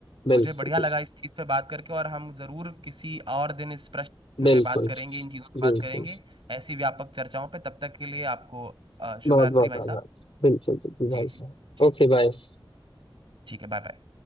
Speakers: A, on the left; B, on the right.
A: बिल्कुल
B: मुझे बढ़िया लगा इस चीज पे बात करके और हम जरूर किसी और दिन इस प्रश्न
A: बिल्कुल
B: पे बात करेंगे इन चीजों
A: बिल्कुल
B: पे बात
A: बिल्कुल
B: करेंगे ऐसी व्यापक चर्चाओं पे तब तक के लिए आपको अ, शुभ
A: बहुत
B: रात्रि
A: बहुत
B: भाई
A: आभार
B: साहब
A: बिल्कुल बिल्कुल
B: जी
A: भाई साहब
B: जी जी
A: ओके
B: जी
A: बाय
B: ठीक है बाय बाय